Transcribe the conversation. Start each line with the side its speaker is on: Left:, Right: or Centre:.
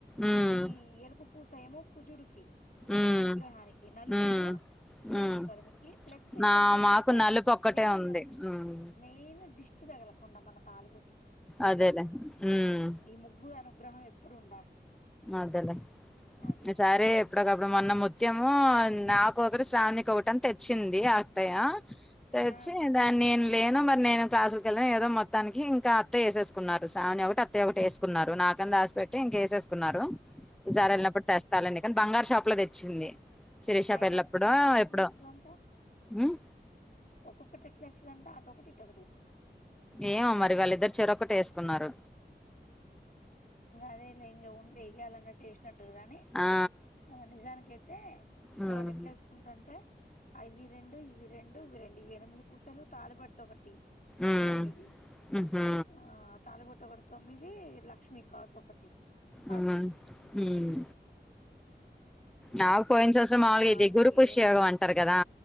Centre: ఉమ్
Left: ఈ ఎరుపు పూస ఏమో కుజుడుకి అంటే
Centre: ఉమ్
Left: గురుగ్రహానికి నలుపేమో
Centre: ఉమ్
Left: శనీశ్వరునికి
Centre: ఉమ్
Left: ప్లస్ ఇంకొకటి
Centre: నా
Left: ఏంటంటే
Centre: మాకు నలుపు ఒక్కటే
Left: మెయిన్
Centre: ఉంది ఉమ్
Left: మెయిన్ దిష్టి తగలకుండా మన తగలకుండ నల్లలు
Centre: అదేలే ఉమ్
Left: ఈ ముగ్గురు అను గ్రహం ఎప్పుడు ఉండాలి
Centre: అదల
Left: అది
Centre: సారే అప్పుడకప్పుడు మొన్న ముత్యము నాకొకరు శ్రావణి ఒకటి అని తెచ్చింది అత్తయ్య తెచ్చి
Left: ఆ
Centre: దాన్ని నేను లేను మరి నేను క్లాసుకెళ్ళను ఏదో మొత్తానికి ఇంకా అత్తయ్య వేసేసుకున్నారు శ్రావణి ఒకటి అత్తయ్య ఒకటి వేసుకున్నారు నాకంత ఆసిపెట్టి ఇంక వేసేసు న్నారు విజార
Left: ఆ
Centre: ఎలా పడుతాస్తానే కానీ బంగారు షాప్ లో తెచ్చింది శిరీష
Left: ఆయన
Centre: పెళ్ళప్పుడో
Left: ఒక్కటిొక్కటి ఎట్లా
Centre: ఎప్పుడో
Left: ఇస్తుందంట
Centre: ఉమ్
Left: ఒక్కొక్కటి ఎట్లా వస్తుందంట అటొక్కటి ఇటి
Centre: ఏమో మరి వాళ్ళిద్దరు చెూరక్కటి వేసుకున్నారు
Left: అదే ఇ ఇం ఉండిగిాలన్న టేస్ట్ న గాని
Centre: ఆ
Left: ఆ నిజానినికి అయితే
Centre: ఉమ్
Left: నేను ఎట్లా వేసుకుంటా అంటే అవి రెండు ఇవి రెండు ఇవి రెండు ఇవి ఎనిమిది పూసలు తాలిబట్టు ఒకటి
Centre: ఉమ్
Left: తొమ్మిది
Centre: ఉహు
Left: ఆ తాలిబట్ ఒక ఒకటి తొమ్మిది లక్ష్మి కాసోపటి పాజ
Centre: ఉమ్ ఉమ్ నాకు పోయినసం మాలుగా
Left: ఆరు
Centre: ఇది గురు పుష్య
Left: ఏడు
Centre: యోగం అంటారు కదా